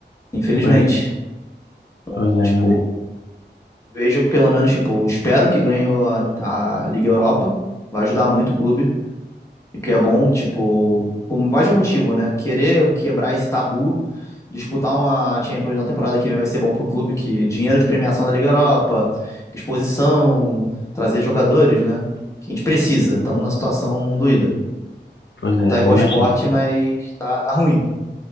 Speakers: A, on the left; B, on the left.
A: Infelizmente.
B: pois é,
A: Então,
B: pois é,
A: tipo,
B: meu amigo.
A: vejo que pelo menos, tipo, espero que ganhe a, a Liga Europa. Vai ajudar muito o clube. Que é bom, tipo, por mais de um motivo, né? Querer quebrar esse tabu, disputar uma Champions na temporada que vem vai ser bom pro clube, que dinheiro de premiação da Liga Europa, exposição, trazer jogadores, né? Que a gente precisa. Estamos numa situação doída.
B: Pois
A: Não
B: é,
A: tá igual
B: eu
A: ao
B: imagino.
A: esporte, mas tá, tá ruim.